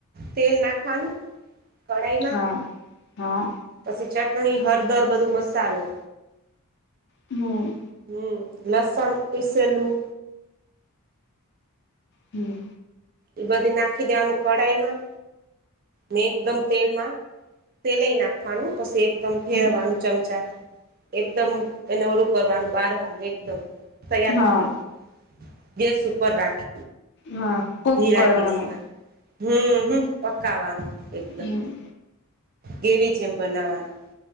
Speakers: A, on the right; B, on the left.
A: તેલ નાખવાનું કઢાઈમાં.
B: હા હા
A: પછી ચટણી, હરદર, બધું મસાલો.
B: હમ
A: હમ લસન પીસેલું
B: હમ.
A: એ બધી નાખી દેવાનું કઢાઈમાં. ને એકદમ તેલમાં તેલય નાખવાનું પછી એકદમ ફેરવાનું.
B: હમ
A: ચમચા એકદમ એને ઓલુ કરવાનું બારવાનું એકદમ તૈયાર
B: હા
A: કરવાનું. ગેસ ઉપર રાખે.
B: હા. કુક
A: ધીરા
B: કરવાનું
A: ગેસમાં. હમ હમ પકાવાનું. એકદમ
B: હમ.
A: ગ્રેવી જેમ બનાવાનું.